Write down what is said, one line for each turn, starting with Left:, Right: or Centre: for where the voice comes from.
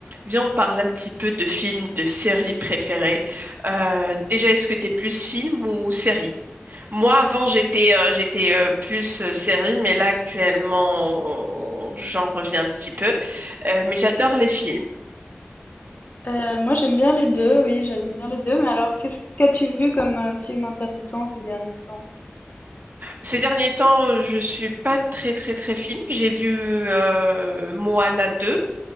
Right: Viens, on parle un petit peu de films, de séries préférées. Euh, déjà, est-ce que t'es plus film ou série? Moi, avant, j'étais euh, j'étais euh, plus euh, série, mais là, actuellement, j'en reviens un petit peu. Euh, mais j'adore les films.
Left: Euh, moi j'aime bien les deux, oui, j'aime bien les deux, mais alors qu'est-ce qu'as-tu vu comme euh, film intéressant ces derniers temps?
Right: Ces derniers temps, je suis pas très, très, très film. J'ai vu euh, Moana 2